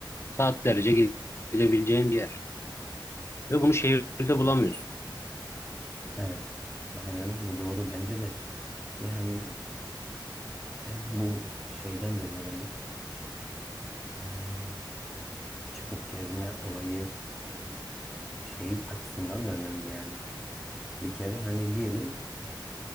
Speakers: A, on the left; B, in the centre.
A: saatlerce ge- gezebileceğin bir yer. Ve bunu şehirde bulamıyorsun.
B: Evet. Aynen öyle doğru bence de. Yani hem bu şeyden de dolayı Eee, çıkıp gezme olayı e, şey açısından da önemli yani. Bir kere hani diyelim